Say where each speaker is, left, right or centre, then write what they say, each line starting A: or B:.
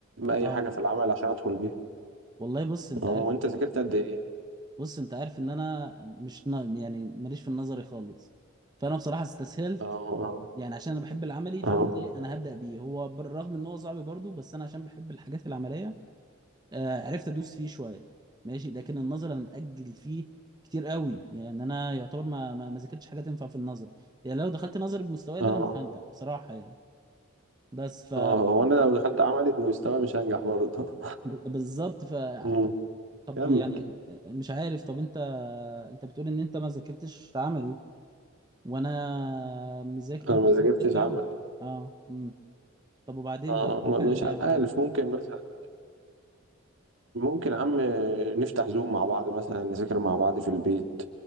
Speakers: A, on the right (about 65°); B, on the right (about 20°).
A: اي
B: اه
A: حاجه في العمل عشان ادخل بيها
B: والله بص انت
A: اه
B: عارف
A: وانت ذاكرت قد ايه
B: بص انت عارف ان انا مش نا... يعني ماليش في النظري خالص فانا بصراحة استسهلت
A: اه اه
B: يعني عشان انا بحب العملي فقلت
A: اه
B: ايه انا هبدأ بيه هو بالرغم ان هو صعب برضه بس انا عشان بحب الحاجات العملية آه عرفت ادوس فيه شوية ماشي لكن النظر انا مأجل فيه كتير قوي يعني انا يعتبر ما ما ما ذاكرتش حاجة تنفع في النظر يعني لو دخلت نظر بمستواي
A: اه
B: ده انا مش هنجح بصراحة يعني بس ف
A: اه وانا لو دخلت عملي بمستوى مش هنجح برضه <laughs>
B: بالظبط ف
A: أمم،
B: طب طب
A: كمل
B: يعني آه، مش عارف طب انت انت بتقول ان انت ما ذاكرتش عملي وانا مذاكر انت
A: انا ما ذاكرتش
B: أنا مذاكر
A: عمل
B: عملي اه امم طب وبعدين
A: اه
B: بقى إيه
A: م-
B: الحل
A: مش
B: بقى يا معلم
A: عارف ممكن مثلا ممكن يا عم نفتح زوم مع بعض مثلا نذاكر مع بعض في البيت